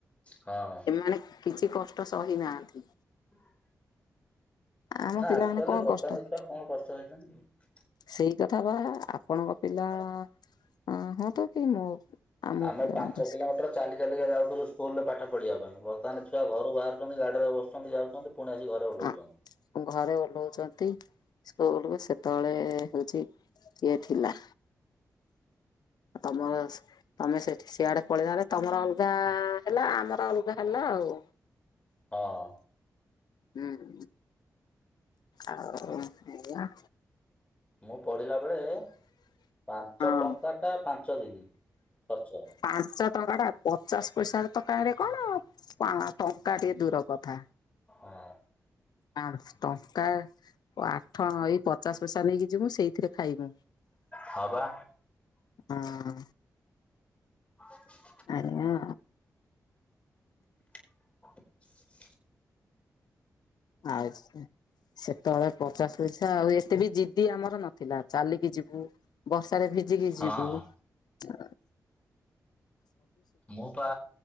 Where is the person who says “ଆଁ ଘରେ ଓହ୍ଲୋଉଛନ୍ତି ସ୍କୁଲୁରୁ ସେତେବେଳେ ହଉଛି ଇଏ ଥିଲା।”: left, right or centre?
Left